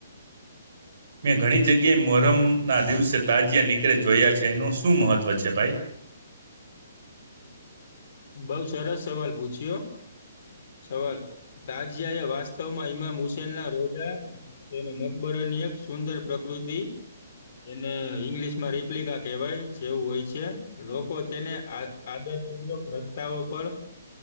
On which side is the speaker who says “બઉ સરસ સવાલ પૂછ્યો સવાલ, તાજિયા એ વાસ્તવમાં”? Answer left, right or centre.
Left